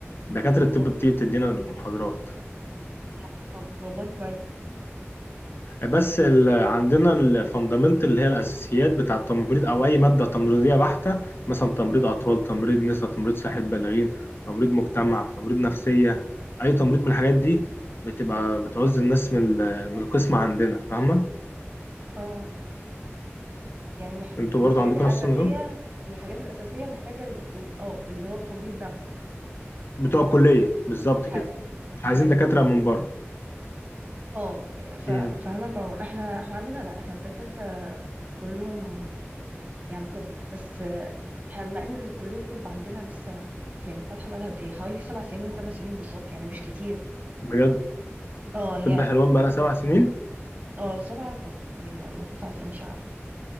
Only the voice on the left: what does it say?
دكاترة الطب
بتيجي بتدينا المحاضرات
بس ال... عندنا الفاندامنتال اللي هي الاساسيات بتاع التمريض او اي ماده تمريضيه بحته مثلا تمريض اطفال تمريض نساء تمريض صحه بالغين تمريض مجتمع تمريض نفسيه اي تمريض من الحاجات دي بتبقى بتعوز الناس من ال... من القسم عندنا فاهمه
انتوا
برضو عندكم
نفس النظام
بتوع الكليه بالظبط
كده مش
عايزين دكاتره من بره
امم
بجد
طب حلوان بقى لها سبع سنين